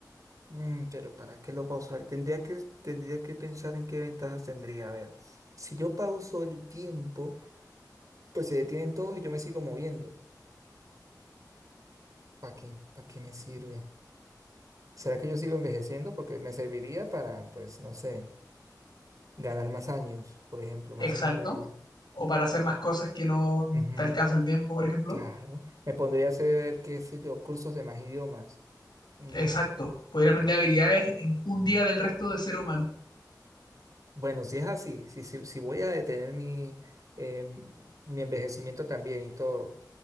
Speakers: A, on the right; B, on the left.
A: Mm, pero ¿para qué lo pausar? Tendría que, tendría que pensar en qué ventajas tendría. A ver, si yo pauso el tiempo, pues se detienen todos y yo me sigo moviendo. ¿para qué? ¿Para qué me sirve? ¿Será que yo sigo envejeciendo? Porque me serviría para, pues, no sé, ganar más años, por ejemplo, más
B: Exacto.
A: años de vida.
B: O para hacer más cosas que no
A: Ujú,
B: te alcanza el tiempo, por ejemplo.
A: Claro. Me pondría a hacer, qué sé yo, cursos de más idiomas. Mm,
B: Exacto. Poder aprender habilidades en un día del resto de ser humano.
A: bueno, si es así, si, si, si voy a detener mi, em, mi envejecimiento también y todo.